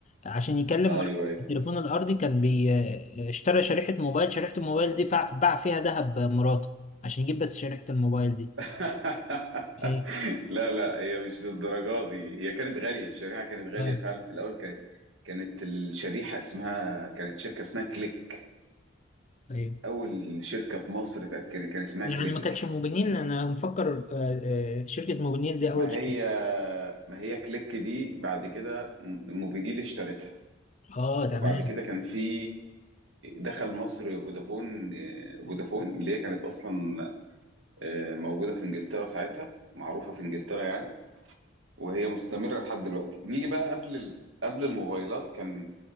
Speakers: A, on the left; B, on the right.
A: عشان يكلم
B: ايوه
A: مراته على
B: ايوه
A: التليفون الارضي كان بي آه، اشترى شريحة موبايل شريحة الموبايل دي فع- باع فيها ذهب مراته عشان يجيب بس شريحة الموبايل دي
B: <laughs>
A: شيء
B: لا لا هي مش للدرجه دي هي كانت غاليه الشريحه كانت غاليه
A: اه
B: فعلا في الاول كانت كانت الشريحه اسمها كانت شركه اسمها كليك
A: ايوه
B: اول شركه في مصر تق- كان كان اسمها
A: يعني
B: كليك
A: ما كانتش موبينيل انا مفكر آه، آه، شركة موبينيل دي اول
B: ما
A: شركة
B: هي ما هي كليك دي بعد كده م- موبيديل اشترتها
A: اه تمام
B: وبعد كده كان في دخل مصر فودافون آه، فودافون اللي هي كانت اصلا آه، موجوده في انجلترا ساعتها معروفه في انجلترا يعني وهي مستمره لحد دلوقتي نيجي بقى قبل ال... قبل الموبايلات كان